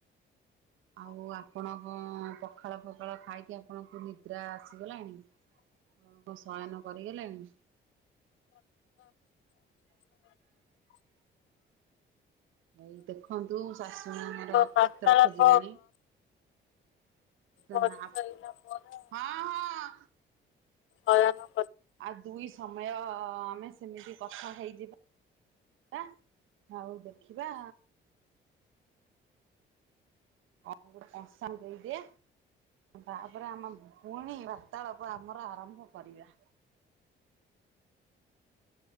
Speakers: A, on the right; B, on the left.
A: ଆଉ ଆପଣ କଣ ପଖାଳ ପଖାଳ ଖାଇକି ଆପଣଙ୍କୁ ନିଦ୍ରା ଆସିଗଲାଣି କଣ ଶୟନ କରିଗଲେଣି? ଭାଇ ଦେଖନ୍ତୁ ଶାଶୁ ଆମର
B: ବାର୍ତ୍ତାଳାପ
A: ପାତ୍ର ଖୋଜିଲେଣି। ତ
B: କରିସାରିଲା
A: ହଁ
B: ପରେ
A: ହଁ।
B: ହୟନ
A: ଆଉ ଦୁଇ ସମୟ ଆମେ ସେମିତି କଥା ହେଇଯିବା ଆଉ ଦେଖିବା। <unintelligible> ଦେଇଦିଏ ତାପରେ ଆମେ ପୁଣି ବାର୍ତ୍ତାଳାପ ଆମର ଆରମ୍ଭ କରିବା।